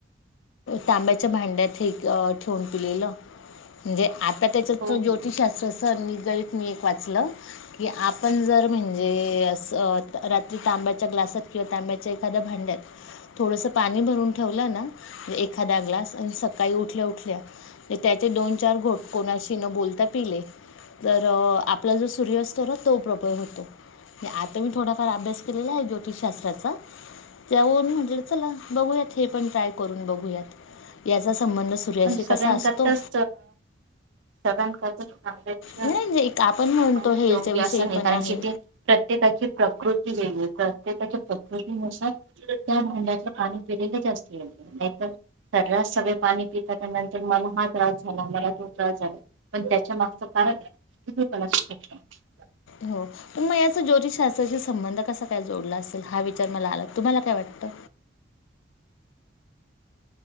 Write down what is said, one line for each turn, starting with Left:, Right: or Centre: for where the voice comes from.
Left: तांब्याच्या भांड्यात ठेवून पिलेलं. म्हणजे आता त्याच्या
Right: हो
Left: ज्योतिषशास्त्रच
Right: हो
Left: निगडित मी एक वाचलं की, आपण जर म्हणजे असं रात्री तांब्याच्या ग्लासात किंवा तांब्याच्या एखाद्या भांड्यात थोडस पाणी भरून ठेवलं ना, एखादा ग्लास आणि सकाळी उठल्या उठल्या म्हणजे त्याचे दोन चार घोट कोणाशी न बोलता पिले, तर आपला जो सूर्यस्त तर तो प्रबळ होतोे. आता मी थोडाफार अभ्यास केलेला आहे ज्योतिषशास्त्राचा. त्यावर म्हटलं चला बघूयात हे पण ट्राय करून बघूयात. याचा संबंध सूर्याशी
Right: पण सगळ्यां
Left: कसा असतो
Right: करताच, सेवन <unintelligible>
Left: नाही जे एक आपण म्हणतो हेल्थच्या
Right: <unintelligible> योग्य
Left: विषयी
Right: असं नाही
Left: पण
Right: कारण
Left: आहे.
Right: की ते प्रत्येकाची प्रकृती वेगळी, प्रत्येकाच्या प्रकृतीनुसार त्या भांड्यातलं पाणी पिलेलं जास्त योग्य. नाहीतर सरळ सगळे पाणी एखादा म्हणतो मला हा त्रास झाला, मला तो त्रास झाला पण त्याच्या मागच कारण <unintelligible>
Left: हो. मग याचा ज्योतषशास्त्राशी संबंध कसा काय जोडला असेल? हा विचार मला आला तुम्हाला काय वाटतं?